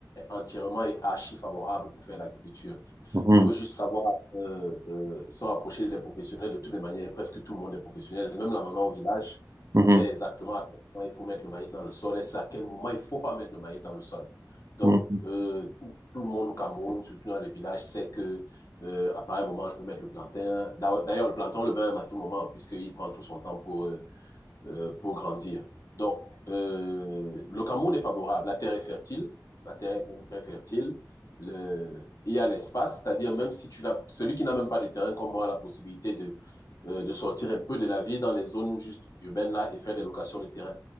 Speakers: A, on the left; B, on the right.
A: entièrement et archi favorable pour faire l'agriculture.
B: Mhm,
A: Il faut juste savoir euh, euh, se rapprocher des professionnels de toutes les manières. Presque tout le monde est professionnel. Même la maman au village
B: mhm,
A: sait exactement à quel moment il faut mettre le maïs dans le sol et c'est à quel moment il ne faut pas mettre le maïs dans le sol. Donc,
B: mhm.
A: euh, tout, tout le monde au Cameroun, surtout dans les villages, sait que euh, à pareil moment, je peux mettre le plantain. D'ailleurs, le plantain, on le même à tout moment, puisqu'il prend tout son temps pour, euh, euh, pour grandir. Donc, euh, le Cameroun est favorable. La terre est fertile. La terre est très fertile. Le, il y a l'espace, c'est-à-dire même si tu l'as, celui qui n'a même pas de terrain comme moi a la possibilité de, euh, de sortir un peu de la vie dans les zones juste urbaines là et faire des locations de terrain.